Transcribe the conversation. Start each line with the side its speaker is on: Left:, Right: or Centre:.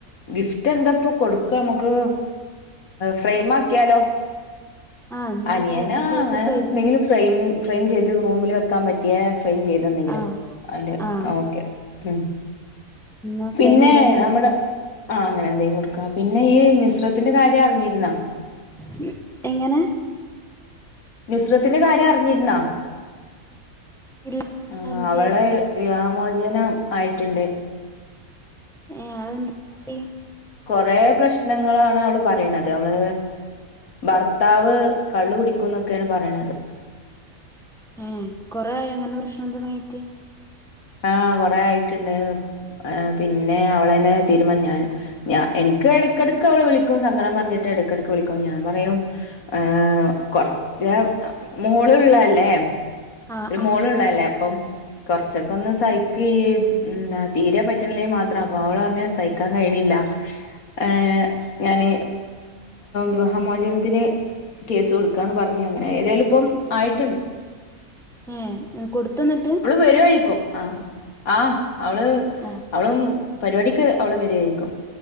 Left: ഗിഫ്റ്റ് എന്താപ്പ കൊട് ക്കമ്മക്ക് ഫ്രെയിമാക്കിയാലോ
Centre: ആഹ് എന്നാ
Left: അനിയനാ
Centre: ഫോട്ടോസ് വെച്ച്
Left: അങ്ങനെന്തെങ്കിലും
Centre: ഫ്രെയിമ്
Left: ഫ്രം ഫ്രെയിം ചെയ്ത് റൂമിൽ വെക്കാൻ പറ്റിയെ ഫ്രെയിം ചെയ്തന്തെങ്കിലും
Centre: ആഹ്
Left: അയ്ന്റെ
Centre: ആഹ്
Left: ഓക്കെ മ്
Centre: എന്നാ ഫ്രെയിം
Left: പിന്നെ
Centre: എന്തേലും
Left: നമ്മുടെ
Centre: കൊടുക്കാം
Left: ആ അങ്ങനെ എന്തേലും കൊടുക്കാ പിന്നെ ഈ നുസ്രത്തിന്റെ കാര്യം അറിഞ്ഞിർന്നൊ
Centre: മ് എങ്ങനെ
Left: നുസ്രത്തിന്റെ കാര്യം അറിഞ്ഞിർന്നാ
Centre: ഇല്ല
Left: ആ
Centre: അതെന്തെയ്യാ
Left: അവളെ വിവാഹമോചനം ആയിട്ട്ണ്ട്
Centre: ഏ അതെന്ത് റ്റി
Left: കൊറേ പ്രശ്നങ്ങളാണ് അവള് പറിണത് അവള് ഭർത്താവ് കള്ള് കുടിക്കും ന്നൊക്കെണ് പറിണത്
Centre: ഏ കൊറേ ആയോ ഇങ്ങനെ പ്രശ്നം തുടങ്ങീറ്റ്
Left: ആ കൊറേ ആയിട്ട്ണ്ട് ഏ പിന്നെ അവളന്നെ തിര് മ്മാ ഞാന് ഞ എനിക്ക് എടക്കെടക്ക് അവള് വിളിക്കും സങ്കടം പറഞ്ട്ട് എടക്കെടക്ക് വിളിക്കും ഞാൻ പറയും ഹേ കൊർച്ച് മോള് ള്ളല്ലേ
Centre: ആഹ്
Left: ഒരു
Centre: ആഹ്
Left: മോള് ള്ളല്ലേ അപ്പം കൊറച്ചൊക്കൊന്ന് സഹിക്ക് ഇയ്യ് എന്താ തീരെ പറ്റ്ണില്ലേൽ മാത്രം അപ്പൊ ഓളറഞ്ഞ് സഹിക്കാൻ കഴി യിണില്ല ഏ ഞാന് വിവാഹമോചനത്തിന് കേസ് കൊടുക്കാന്ന് പറഞ്ഞ് അങ്ങനെ ഏതായാലും ഇപ്പം ആയിട്ട്ണ്ട്
Centre: ഏ കൊടുത്തന്നട്ട്
Left: വരുവായിരിക്കും ആ ആ അവള്
Centre: ഓ
Left: അവളും പരിപാടിക്ക് അവള് വരിവായിരിക്കും